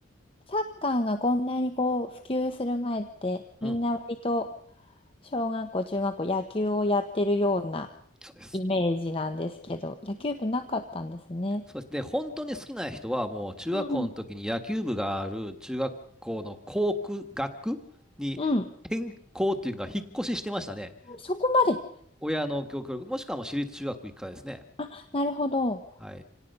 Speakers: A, on the left; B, in the centre.
A: サッカーがこんなにこう普及する前ってみんな割と
B: うん。
A: 小学校、中学校野球をやってるような
B: そうです。
A: イメージなんですけど、野球部なかったんですね。
B: そうです。で、本当に好きな人は、もう、中学校の時に野球部がある中学校の校区、
A: うん。
B: 学区に転校っていうか、
A: うん。
B: 引っ越ししてましたね。
A: そこまで。
B: 親の教育、もしくはもう私立中学行くからですね。
A: あ、なるほど。
B: はい。